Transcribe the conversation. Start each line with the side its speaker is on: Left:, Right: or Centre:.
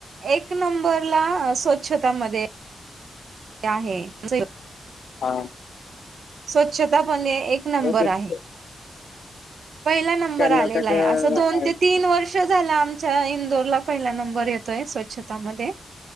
Right: एक नंबरला स्वच्छता मध्ये... आहे... जे..
Left: <unintelligible>
Right: स्वच्छता पण हे एक नंबर
Left: हो तेच
Right: आहे. पहिला नंबर
Left: कर्नाटक
Right: आलेला आहे.
Left: अ,
Right: अस दोन-
Left: आहे तिथे
Right: तीन वर्ष... झाला आमच्या इंदोरला पहिला नंबर येतोय स्वच्छतामध्ये...